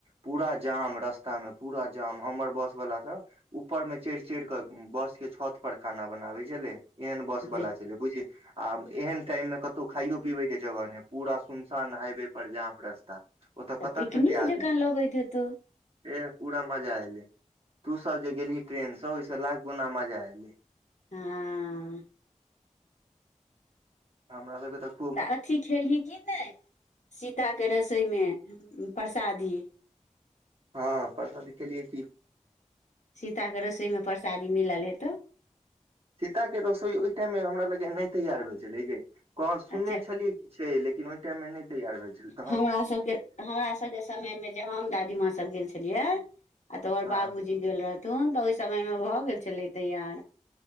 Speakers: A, on the right (about 45°); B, on the left (about 65°).
A: पूरा जाम रास्तामे पूरा जाम हमर बस वलाा सब ऊपर में चढ़ि चढ़िक बसके छत पर खाना बनाबै छलै एहन बस वला
B: तऽ
A: छलै बुझी आब एहन टाइम मे कतहु खाइयो पीबे के जगह नहि पूरा सुनसान हाइवे पर जाम रस्ता ओत कत
B: पिकनिक
A: खेते आदमी
B: जकाँ लगैत हेतौ
A: ऐह पूरा मजा एले तू सब जे गेलही ट्रेन से ओहिस लाख गुना मजा एले
B: हँ
A: हमरा सबके त
B: अथी खेलही की नै सीताके रसोइमे परसादी
A: हँ परसादी खेलियै की
B: सीताके रोसोइमे परसादी मिलल हेतौ
A: सीताके रसोई ओइ टाइममे हमरा लागैया नै तैयार भेल छलै गे कह सुनने
B: अच्छा
A: छलियै की से लेकिन ओइ टाइममे नै तैयार भेल छलै न
B: हमरा सबके हमरा सबके समय मे जे हम दादीमााँ सब गेल छलियै आ तोहर
A: हँ
B: बाबू जी जे गेल रहथिन ओइ समयमे भऽ गेल रहय तैयार,